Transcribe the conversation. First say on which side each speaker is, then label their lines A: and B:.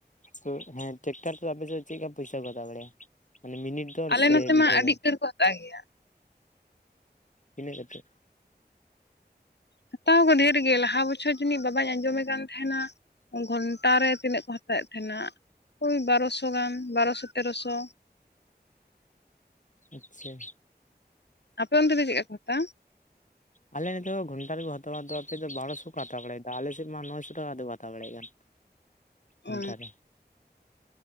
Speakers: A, on the left; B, on the left.
A: ᱛᱚ ᱦᱮᱸ ᱴᱮᱠᱴᱟᱨ ᱛᱮ ᱟᱯᱮ ᱥᱮᱫ ᱪᱮᱫ ᱠᱟ ᱯᱚᱭᱥᱟ ᱠᱚ ᱦᱟᱛᱟᱣ ᱵᱟᱲᱟᱭᱟᱜᱼᱟ ᱢᱟᱱᱮ ᱢᱤᱱᱤᱴ ᱫᱚᱨ
B: ᱟᱞᱮ
A: ᱥᱮ
B: ᱱᱚᱛᱮ
A: ᱵᱤᱜᱷᱟᱹ
B: ᱢᱟ ᱟᱹᱰᱤ
A: ᱫᱚᱨ
B: ᱩᱛᱟᱹᱨ ᱠᱚ ᱦᱟᱛᱟᱣ ᱜᱮᱭᱟ
A: ᱛᱤᱱᱟᱹᱜ ᱠᱟᱛᱮᱫ
B: ᱦᱟᱛᱟᱣ ᱠᱚ ᱰᱷᱮᱨ ᱜᱮ ᱞᱟᱦᱟ ᱵᱚᱪᱷᱚᱨ ᱡᱟᱹᱱᱤᱡ ᱵᱟᱵᱟᱧ ᱟᱸᱡᱚ ᱢᱮ ᱠᱟᱱ ᱛᱟᱦᱮᱱᱟ ᱜᱷᱚᱱᱴᱟ ᱨᱮ ᱛᱤᱱᱟᱹᱜ ᱠᱚ ᱦᱟᱛᱟᱣᱮᱫ ᱛᱟᱦᱮᱱᱟ ᱳᱭ ᱵᱟᱨᱚᱥᱚ ᱜᱟᱱ ᱵᱟᱨᱚᱥᱚ ᱛᱮᱨᱚᱥᱚ
A: ᱟᱪᱪᱷᱟ
B: ᱟᱯᱮ ᱚᱱᱛᱮ ᱫᱚ ᱪᱮᱫ ᱠᱟ ᱠᱚ ᱦᱟᱛᱟᱣᱟ
A: ᱟᱞᱮ ᱱᱤᱛᱚᱜ ᱜᱷᱚᱱᱟ ᱨᱮ ᱠᱚ ᱦᱟᱛᱟᱣ-ᱟ ᱫᱚ ᱟᱯᱮ ᱵᱟᱨᱚᱥᱚ ᱠᱚ ᱦᱟᱛᱟᱣ ᱵᱟᱲᱟᱭ ᱫᱟ ᱟᱞᱮ ᱥᱮᱫ ᱢᱟ ᱱᱚᱭᱥᱚ ᱴᱟᱠᱟ ᱛᱮ ᱠᱚ ᱦᱟᱛᱟᱣ ᱵᱟᱲᱟᱭᱮᱫ ᱠᱟᱱ ᱠᱷᱩᱱᱴᱟ
B: ᱚ
A: ᱨᱮ